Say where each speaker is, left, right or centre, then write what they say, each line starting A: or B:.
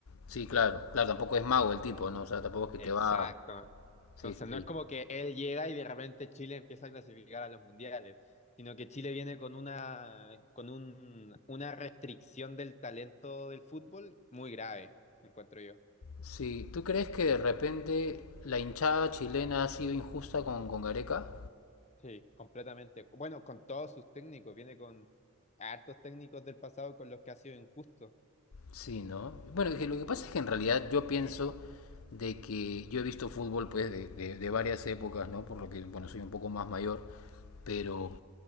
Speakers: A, on the left (about 75°); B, on the left (about 30°).
A: sí, claro.
B: Sí.
A: Claro, tampoco es mago el tipo, ¿no? O sea, tampoco es que
B: Exacto.
A: te va... Sí,
B: Entonces
A: sí, sí.
B: no es como que él llega y de repente Chile empieza a clasificar a los mundiales, sino que Chile viene con una, con un, una restricción del talento del fútbol muy grave, encuentro yo.
A: Sí, ¿tú crees que de repente la hinchada chilena ha sido injusta con, con Gareca?
B: Sí, completamente. Bueno, con todos sus técnicos, viene con hartos técnicos del pasado con los que ha sido injusto.
A: Sí, ¿no? Bueno, que lo que pasa
B: Y,
A: es que en realidad yo pienso de que yo he visto fútbol pues de, de- de varias épocas, ¿no? Por lo que, bueno, soy un poco más mayor, pero